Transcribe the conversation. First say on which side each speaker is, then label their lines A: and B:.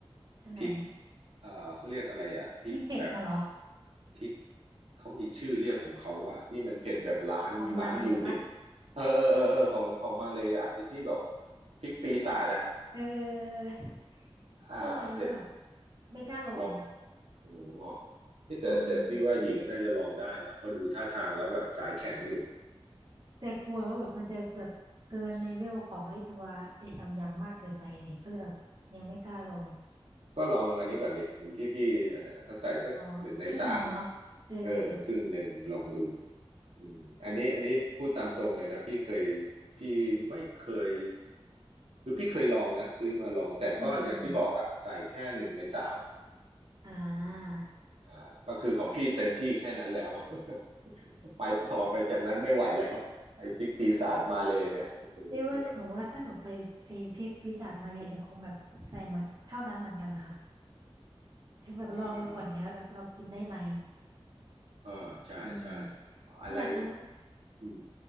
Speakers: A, on the right; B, on the right.
A: อันไหน
B: พริกอ่าเขาเรียกอะไรอ่ะพริกแบบ
A: พริกเผ็ดน่ะเหรอ
B: พริกเขามีชื่อเรียกของเขาอ่ะที่มันเผ็ดแบบล้านล้านยูนิต
A: ของมาเรียปะ
B: เออเออเออเออของของมาเลยอ่ะไอ้ที่แบบพริกปีศาจอ่ะ
A: เออเออเออ
B: อ่าเห็น
A: เชื่อไหมว่าแบบไม่กล้าลอง
B: ลองโอ้โอ้ที่แต่แต่พี่ว่าหญิงน่าจะลองได้นะเพราะดูท่าทางแล้วแบบสายแข็งอยู่
A: อืมแต่กลัวว่าแบบมันจะแบบเกินเลเวลของไอ้ตัวไอ้ซัมยังมากเกินไปเลยก็เลยแบบยังไม่กล้าลอง
B: ก็ลองอันนี้ก่อนดิเหมือนที่พี่อันนั้นนะก็ใส่สักหนึ่งในสาม
A: อ๋อครึ่งหนึ่งเนาะเออเออ
B: เออครึ่งหนึ่งลองดู อืมอันนี้อันนี้พูดตามตรงเลยนะพี่เคยพี่ไม่เคยคือพี่เคยลองนะซื้อมาลองแต่ก็อย่างที่บอกอะใส่แค่หนึ่งในสาม
A: อืมอืมอืมอ่า
B: อ่าก็คือของพี่เต็มที่แค่นั้นแล้ว <laughs> ไปต่อไปจากนั้นไม่ไหวแล้วไอ้พริกปีศาจมาเลยเนี่ยโอ้โหแบบ
A: เรียกว่าหนูว่าถ้าหนูไปไอ้พริกปีศาจมาเรียนหนูคงแบบใส่หมดเท่านั้นเหมือนกันนะคะคือแบบลองดูก่อนเนี้ยว่าแบบเรากินได้ไหม
B: อ่าอ่าใช่ใช่
A: อืม
B: อะไร
A: ถ้าแบบเออ
B: อืม